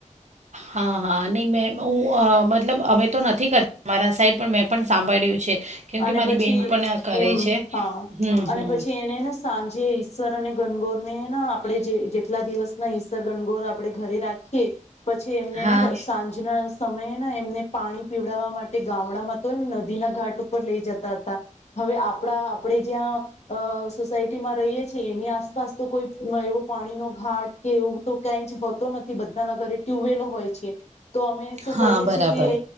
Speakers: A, on the right; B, on the left.
A: હા હા. અને મેં હું મતલબ અમે તો નથી કરતા મારા સાઈડ પણ મેં પણ સાંભળ્યું છે. કેમ
B: અને
A: કે મારી
B: પછી
A: બેન પણ આ કરે
B: એમ
A: છે
B: હા
A: હમ
B: અને
A: હમ
B: પછી એને ને સાંજે ઈસર અને ગનગોર ને આપણેે જે જે દિવસ ના સર ગણગોર આપડે ઘરે રાખીએ. પછી એમને
A: હા
B: ને સાંજના સમયે ને એમને પાણી પીવડાવવા માટે ગામડામાં તોને નદી ના ઘાટ ઉપર ઉપ લઈ જતા હતા હવે આપણા આપણે જ્યાં સોસાયટીમાં રહીએ છીએ અ એની આસપાસ તો કોઈ એવો પાણીનો ઘાટ કે એવું તો ક્યાંય જ હોતો નથી બધાના ઘરે ટ્યુબવેલો હોય છે. તો અમે શું
A: હા
B: કરીએ
A: બરાબર
B: છીએ કે